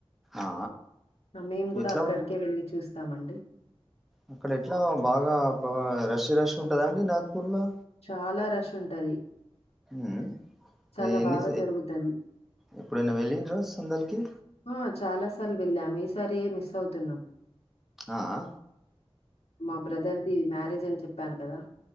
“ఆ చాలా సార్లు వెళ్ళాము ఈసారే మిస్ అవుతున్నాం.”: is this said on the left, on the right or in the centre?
Left